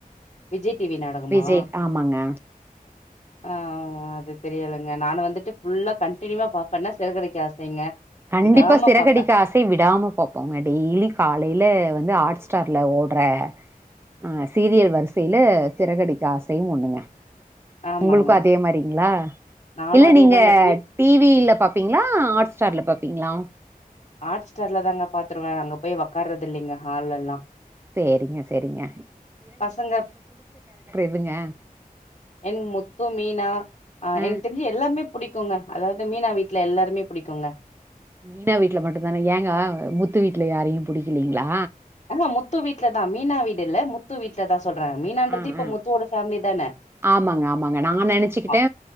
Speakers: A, on the left; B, on the right.
A: விஜய் டிவி நாடகமா
B: விஜய் ஆமாங்க
A: ஆ அது தெரியலங்க நா வந்துட்டு ஃபுல்லா கண்டினுவா பாப்பேன்னா சிறகடிக்க ஆசைங்க
B: கண்டிப்பா
A: விடாம
B: சிறகடிக்க
A: பாப்பே
B: ஆசை விடாம பாப்போங்க டெய்லி காலையில வ ந்து ஹாட் ஸ்டார்ல ஓடுற அ சீரியல் வரிசையில சிறகடிக்கு ஆசையு ஒண்ணுங்க
A: ஆமாங்க
B: உங்களுக்கு அதே மாரிங்களா
A: நானு
B: இல்ல
A: அதேதாங்க
B: நீங்க
A: டி
B: டிவில பாப்பீங்களா ஹாட்ஸ்டார்ல பாப்பீங்களா
A: ஆட் ஸ்டார்ல தாங்க பாத்துருவே அங்க போய் உட்காறது இல்லைங்க ஹால்ல்லா
B: செரிங்க செரிங்க
A: பசங்க
B: எதுங்க?
A: என்க் முத்து மீனா ஆ
B: அ
A: எனக்கு தெரிஞ்சு எல்லாமே புடிக்குங்க அதாவது மீனா வீட்டுல எல்லாருமே புடிக்குங்க
B: மீனா வீட்ல மட்டு தானே ஏங்க முத்து வீட்ல யாரையு புடிக்கலிங்களா
A: அஹ முத்து வீட்லதா மீனா வீடுல்ல முத்து வீட்லதா சொல்ற மீனான்றது
B: அ
A: இப்ப
B: அ
A: முத்துவோட ஃபேமிலி தானெ
B: ஆமாங்க ஆமாங்க. நா நெனச்சுக்கிட்டே
A: அ